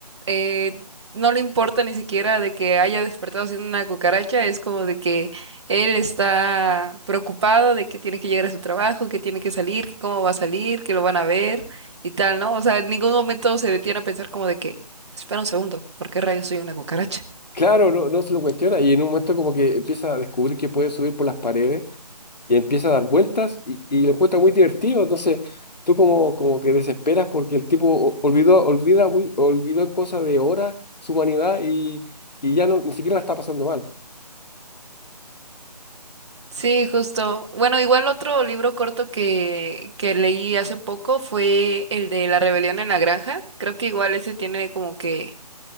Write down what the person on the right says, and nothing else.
eh, no le importa ni siquiera de que haya despertado siendo una cucaracha, es como de que él está preocupado de que tiene que llegar a su trabajo, que tiene que salir, que cómo va a salir, que lo van a ver y tal, ¿no? O sea, en ningún momento se detiene a pensar como de que, espera un segundo, ¿por qué rayos soy una cucaracha?
Sí, justo. Bueno, igual otro libro corto que, que leí hace poco fue el de La rebelión en la granja. Creo que igual ese tiene como que